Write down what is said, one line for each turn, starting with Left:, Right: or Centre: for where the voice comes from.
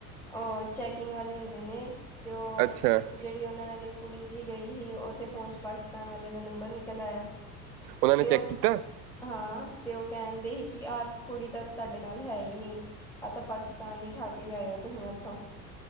Centre: ਉਹ ਚੈਕਿੰਗ ਵਾਲੇ ਹੁੰਦੇ ਨੇ, ਤੇ ਉਹ
Right: ਅੱਛਾ
Centre: ਜਿਹੜੀ ਉਹਨਾਂ ਨਾਲ ਇੱਕ ਕੁੜੀ ਜੀ ਗਈ ਸੀ, ਉਹਦੇ ਫੋਨ ਚੋਂ ਪਾਕਿਸਤਾਨ ਵਾਲੇ ਦਾ ਨੰਬਰ ਨਿਕਲ ਆਇਆ।
Right: ਉਹਨਾਂ ਨੇ
Centre: ਤੇ
Right: ਚੈੱਕ
Centre: ਉਹ
Right: ਕੀਤਾ
Centre: ਹਾਂ, ਤੇ ਉਹ ਕਹਿੰਦੇ ਸੀ ਕਿ ਆ ਕੁੜੀ ਤਾਂ ਤੁਹਾਡੇ ਨਾਲ ਹੈ ਈ ਨੀ ਆ ਤਾਂ ਪਾਕਿਸਤਾਨ ਦੀ ਠਾ ਕੇ ਲਿਆਏ ਔ ਥੋਂ